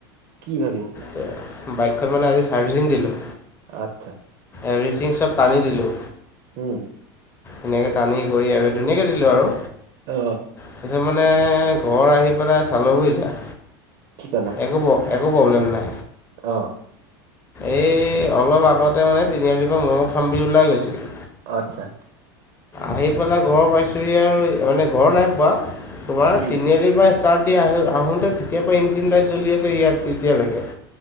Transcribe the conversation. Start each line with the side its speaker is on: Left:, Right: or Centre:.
Right: কি ভাবি আছিলা?
Left: <unintelligible> বাইকখন মানে আজি চাৰ্ভিচিং দিলোঁ।
Right: আতথা
Left: এভৰিথিং চব টানি দিলোঁ।
Right: উম
Left: ধুনীয়াকে টানি গৈ আৰু ধুনীয়াকে দিলোঁ আৰু।
Right: অ।
Left: তাছত মানে ঘৰ আহি পেলাই চালো বুইছা।
Right: কি পালা?
Left: একো একো প্ৰব্লেম নাই।
Right: অ।
Left: এই অলপ আগতে মানে তিনিআলিৰ পৰা ম'ম খাম বুলি ওলাই গৈছিলোঁ।
Right: অত্চ্ছা।
Left: আহি পেলাই ঘৰ পাইছোঁহি আৰু মানে ঘৰ নাই পোৱা তোমাৰ
Right: উম
Left: তিনিআলিৰ পৰা ষ্টাৰ্ট দি আহ আহোঁতে তেতিয়াৰ পৰা ইঞ্জিন লাইট জ্বলি আছে ইয়াত এতিয়ালৈকে।